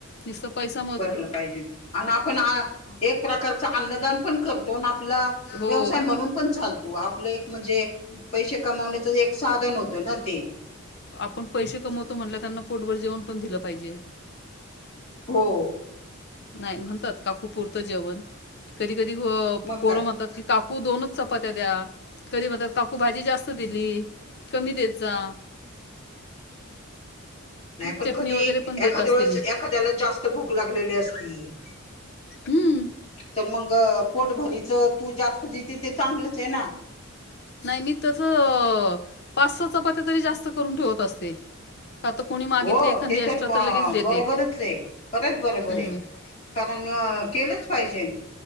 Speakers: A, on the left; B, on the left.
A: निसत पैसा म्ह
B: भरलं पाहिजे. आण आपण आ एक प्रकारच अन्नदान पण करतो ना. आपला
A: हो
B: व्यवसाय
A: मग
B: म्हणून पण चालतो. आपलं एक म्हणजे पैसे कमावण्याचं एक साधन होतं ना ते.
A: आपण पैसे कमवतो म्हणलं त्यांना पोटभर जेवण पण दिलं पाहिजे.
B: हो.
A: नाही म्हणतात काकू पुरतं जेवण. कधी कधी
B: मग
A: पोरं
B: काय
A: म्हणतात की काकू दोनच चपात्या द्या. कधी म्हणतात काकू भाजी जास्त दिली. कमी देत जा.
B: <inaudible> नाही. पण
A: चटणी
B: कधी
A: वगैरे पण देत
B: एखाद्या
A: असते
B: वेळेस
A: मी.
B: एखाद्याला जास्त भूक लागलेली असती.
A: हम्म.
B: तर मग पोटभरीच तू जास्त देती ते चांगलंच आहे ना.
A: नाही. मी तसं पाच, सहा चपात्या तरी जास्त करून ठेवत असते. का तर कोणी मागितली
B: हो
A: एखादी
B: ते
A: एक्स्ट्रा
B: तर ब
A: लगेच देते.
B: बरोबरच आहे. खरंच बरोबर
A: हम्म.
B: आहे. कारण
A: कारण
B: केलंच पाहिजे.